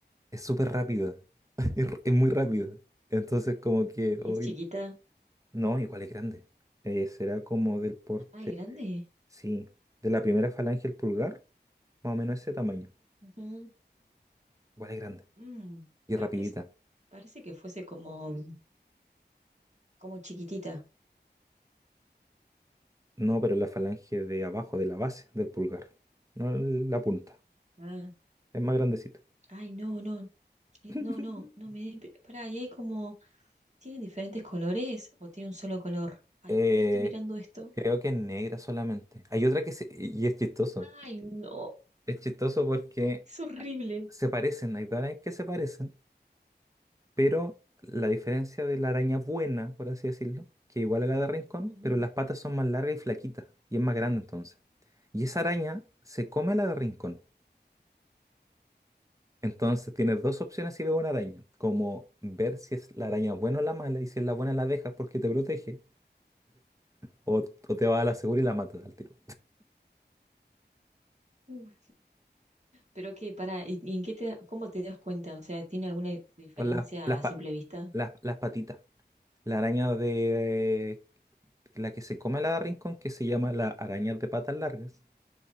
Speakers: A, on the right; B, on the right.
A: es súper rápida. <laughs> Es, r- es muy rápida. Entonces, como que
B: ¿Y
A: hoy.
B: es chiquita?
A: No, igual es grande. Eh, será como del porte.
B: Ay, grande.
A: Sí, de la primera falange al pulgar, más o menos ese tamaño.
B: Ujú.
A: Igual es grande.
B: Mm,
A: Y
B: parece,
A: rapidita.
B: parece que fuese como, como chiquitita.
A: No, pero la falange de abajo, de la base del pulgar. No la punta.
B: Ah,
A: Es más grandecita.
B: ay, no, no, eh,
A: <laughs>
B: no, no, no me... di- Pará, y hay como... Tienen diferentes colores o tiene un solo color? Ay,
A: Eh,
B: ¿por qué estoy mirando esto?
A: creo que es negra solamente. Hay otra que se... Y es chistoso.
B: Ay, no,
A: Es chistoso porque
B: es horrible.
A: se parecen, hay varias que se parecen, pero la diferencia de la araña buena, por así decirlo, que igual a la de Rincón,
B: Ujú,
A: pero las patas son más largas y flaquitas, y es más grande entonces. Y esa araña se come a la de Rincón. Entonces tienes dos opciones si ves una araña, como ver si es la araña buena o la mala, y si es la buena la dejas porque te protege, o, o te vas a la segura y la matas al tiro.
B: ujú. Pero que para, ¿y, y en qué te, cómo te das cuenta? O sea, ¿tiene alguna diferencia
A: Pues las, las,
B: a
A: pa-
B: simple vista?
A: las, las patitas. La araña de la que se come a la de rincón, que se llama la araña de patas largas,